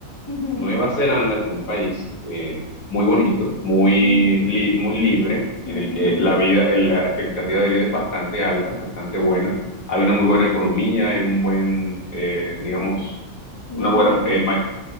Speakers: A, on the left (about 20°); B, on the left (about 85°).
A: ujú,
B: Nueva Zelanda es un país eh, muy bonito, muy,
A: ujú,
B: li- muy libre, en
A: ujú.
B: el que la vida, el- la expectativa de vida es bastante alta, bastante buena. Hay una muy buena economía, hay un buen, eh, digamos,
A: Un
B: una
A: Buen
B: buena,
A: gobierno.
B: eh, ma-